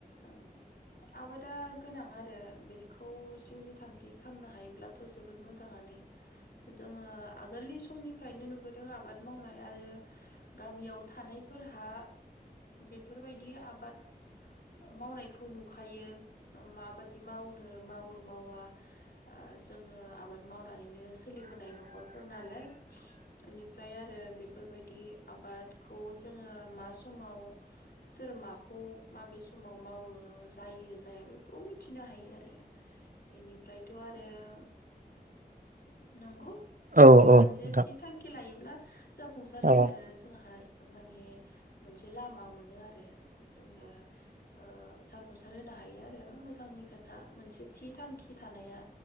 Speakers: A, on the left; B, on the right.
A: ओम आबादा गोनां आरो बेनिखौ जिउनि थांखि खालामनो हायोब्लाथ जोबोद मोजाङानो जोङो आगोलनि समनिफ्रायनो नुबोदों आबाद मावनाय आरो गामियाव थानायफोरहा बेफोरबायदि आबाद मावनायखौ नुखायो माबायदि मावनो मावो मावा जोङो आबाद मावनानैनो सोलिबोनाय नखरफोर नालाय ओनिफ्राय आरो बेफोरबायदि आबादखौ जोङो मा समाव सोर माखौ माबे सम समाव मावो जायो जाया बेफोरखौ मिथिनो हायो आरो इनिफ्रायथ आरो नंगौ जिउनि
B: औ औ
A: मोनसे
B: नोंथां
A: थि थांखि लायोब्ला जाफुंसार होनो
B: औ
A: जों हायो माने मोनसे लामा मोनो आरो जोङो ओ‌ जाफुंसार होनो हायो आरो मोजां नि खोथा मोनसे थि थांखि थानाया